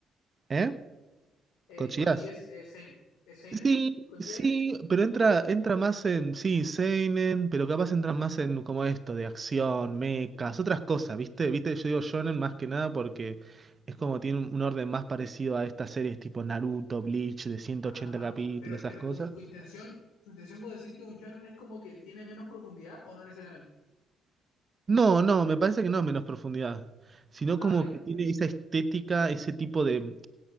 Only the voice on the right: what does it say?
¿Eh?
¿Cochías?
Sí,
sí,
pero entra, entra más en, sí, seinen, pero capaz entra más en como esto, de acción, mechas, otras cosas, ¿viste? ¿Viste? Yo digo shonen más que nada porque es como tiene un un orden más parecido a estas series tipo Naruto, Bleach, de ciento
ochenta capítulos,
esas
cosas.
No, no, me parece que no es menos profundidad, sino
como
que tiene
esa estética, ese tipo de,